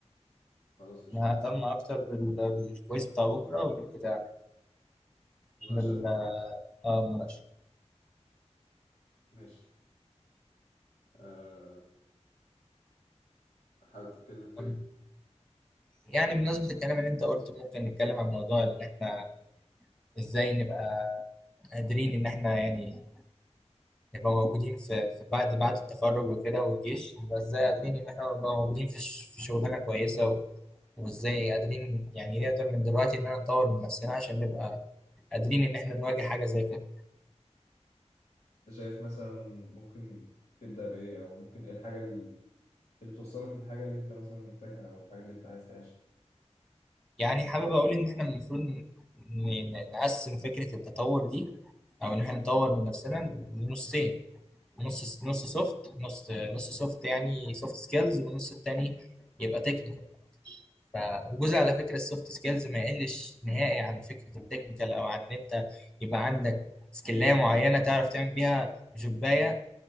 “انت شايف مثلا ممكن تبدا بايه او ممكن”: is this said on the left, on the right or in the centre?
Left